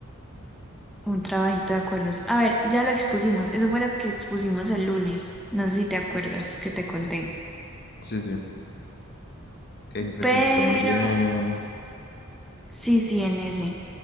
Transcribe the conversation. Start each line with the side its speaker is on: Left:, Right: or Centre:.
Centre: un trabajito de acuerdos. A ver, ya lo expusimos. Eso fue lo que expusimos el lunes. No sé si te acuerdas que te conté.
Left: Sí, sí. Que dijiste
Centre: Pero,
Left: que les fue muy bien.
Centre: sí, sí, en ese.